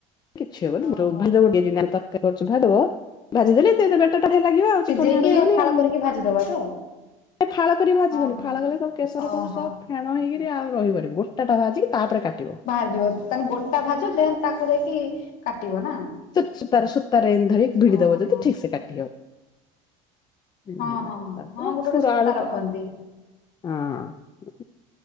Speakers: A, on the left (about 25°); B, on the left (about 55°).
A: କିଛି ହବନି,
B: ଓହୋ
A: <unintelligible> ଭାଜିଦବ ଭାଜି ଦେଲେ <unintelligible> ଆ ବଢିଆ ଲାଗିବ, ଆଉ
B: ସିଝେଇକି
A: ଚିକଣିଆ ରହିବନି
B: ଫାଳ
A: ଆଉ।
B: କରିକି ଭାଜିଦବା ତ?
A: ଫାଳ କରି ଭାଜିବନି,
B: ହଁ ହଁ।
A: ଫାଳ କଲେ ସବୁ କେଶର
B: ଓହୋ
A: ଫେସର୍ ସବ୍ ଫେଣ ହେଇକିରି ଆଉ ରହିବନି, ଗୋଟାଟା ଭାଜିକି ତାପରେ କାଟିବ।
B: ବାହାରିଯିବ, ତାହେଲେ ଗୋଟା ଭାଜ ଦେନ୍ ତାକୁ ଯାଇକି କାଟିବ ନା?
A: ସୂ ସୂତାରେ, ସୂତାରେ ଏମିତି ଧରି ଭିଡି
B: ଓହୋ।
A: ଦବ ଯଦି ଠିକ୍ ସେ କାଟି ହବ। ହୁଁ,
B: ହଁ ହଁ
A: ତାକୁ
B: ହଁ ଗୋଟେ ଗୋଟେ
A: ପୁରା
B: ସୂତା
A: ଆଣୁଚ
B: ରଖନ୍ତି।
A: ଆଉ। ହଁ, <unintelligible>